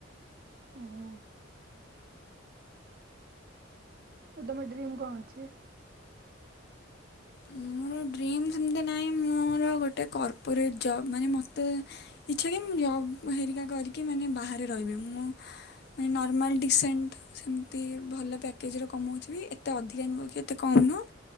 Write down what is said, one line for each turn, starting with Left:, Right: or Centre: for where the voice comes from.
Right: ଓହୋ ଆଉ ତମ ଡ୍ରିମ୍ କଣ ଅଛି?
Left: ମୋର ଡ୍ରିମ୍ ସେମତି ନାହିଁ ମୋର ଗୋଟେ କର୍ପୋରେଟ୍ ଜବ୍ ମାନେ ମୋତେ ଇଚ୍ଛା କି ମୁଁ ଜବ୍ ହେରିକା କରିକି ମାନେ ବାହାରେ ରହିବି ମୁଁ ଆମେ ନର୍ମଲ ଡିସେଣ୍ଟ ସେମତି ଭଲ ପ୍ୟାକେଜରେ କମାଉଥିବି ଏତେ ଅଧିକା ନୁହଁ କି ଏତେ କମ ନୁହଁ